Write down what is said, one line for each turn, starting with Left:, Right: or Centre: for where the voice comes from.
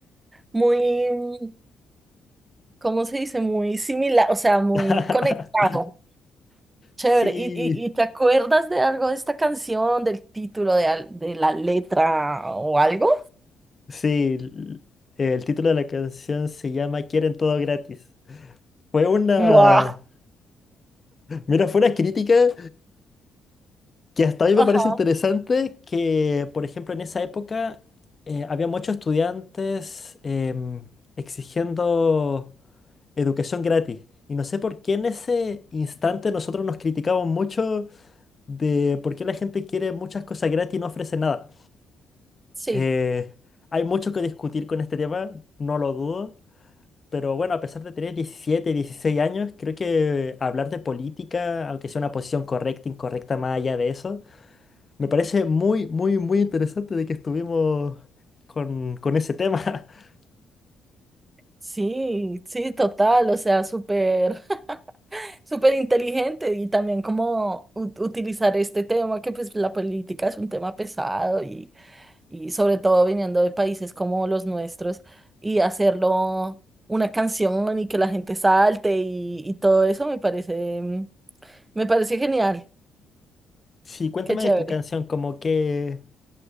Right: muy, mm, ¿cómo se dice? Muy similar, o sea, muy
Left: <laughs>
Right: conectado. Chévere.
Left: Sí.
Right: ¿Y, y, y te acuerdas de algo de esta canción, del título, de, al- de la letra o algo?
Left: Sí, l- el título de la canción se llama Quieren todo gratis. Fue una,
Right: Wow.
Left: mira, fue una crítica que hasta a mí me
Right: Ajá,
Left: parece interesante que, por ejemplo, en esa época eh, había muchos estudiantes em, exigiendo educación gratis. Y no sé por qué en ese instante nosotros nos criticamos mucho de por qué la gente quiere muchas cosas gratis y no ofrece nada.
Right: sí.
Left: Eh, hay mucho que discutir con este tema, no lo dudo. Pero bueno, a pesar de tener 17, 16 años, creo que hablar de política, aunque sea una posición correcta, incorrecta, más allá de eso, me parece muy, muy, muy interesante de que estuvimos con, con ese tema. <laughs>
Right: Sí, sí, total, o sea, súper, <laughs> súper inteligente y también como u- utilizar este tema, que pues la política es un tema pesado y, y sobre todo viniendo de países como los nuestros y hacerlo una canción y que la gente salte y, y todo eso me parece, mm, me parece genial,
Left: Sí, cuéntame
Right: qué chévere.
Left: de tu canción, como que,